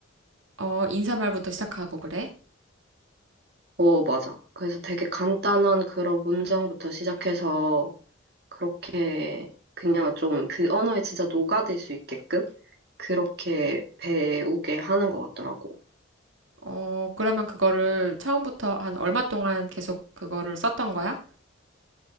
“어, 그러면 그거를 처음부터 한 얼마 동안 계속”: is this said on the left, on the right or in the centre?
Right